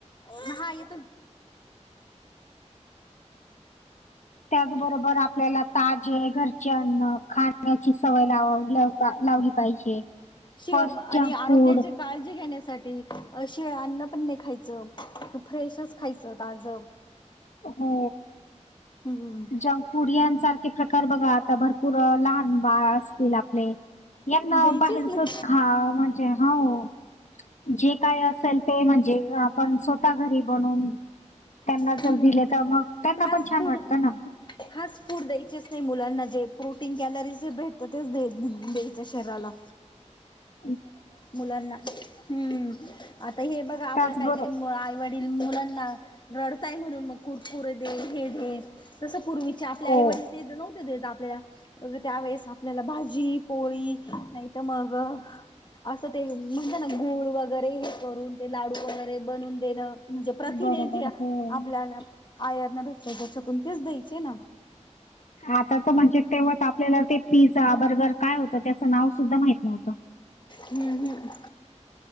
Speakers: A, on the left; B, on the left.
A: हा य तर
B: त्याचबरोबर आपल्याला ताजे घरचे अन्न खाण्याची सवय लाववली लावली पाहिजे
A: शिव
B: फर्स्ट
A: आणि
B: जंक
A: आरोग्याचे
B: फूड
A: काळजी घेण्यासाठी अशी अन्नपणणे खायचं फ्रेशच खायचं ताजं
B: हो
A: हम्म
B: ज पुुडयासारखे प्रकार बघा आता भरपूर लहान बाळ असतील आपले यांना
A: द्यायचीच
B: बाहेरचच
A: नाही
B: खा म्हणजे हो जे काय असेल ते म्हणजे आपण स्वतः घरी बनून त्यांना
A: हम्म
B: दि तर मग त्यांना
A: फास्ट
B: पण छान
A: फूड
B: वाटत ना
A: फास्ट फूड द्यायचेच नाही मुलांना जे प्रोटीन कॅलरीजे भेटत तेच द्यायचं शरीराला
B: <inaudible>
A: मुलांना हम्म आता हे बघा आपण
B: त्याचबरोबर
A: काही काही मुलांना रडतंय म्हणून म कुरकुर दे हे दे तस पूर्वी ते आपले
B: हो
A: आईवडील ते नव्हते देत आपल्या अग त्यावेेळेस आपल्याला भाजी पोळी नाही तर मग असं ते म्हणजे ना गुळ वगैरे हे करून ते लाडू वगैरे बनवून देण म्हणजे प्रथिने
B: बरोबर
A: जे
B: हो
A: आपल्याला आयर्न भेटतय जच्यातून तेच द्यायचे ना
B: आता तर म्हणजे तेव्हाच आपल्याला ते पिझ्झा बर्गर काय होतं त्याचं नाव सुद्धा माहित नव्हतं.
A: हम्म हम्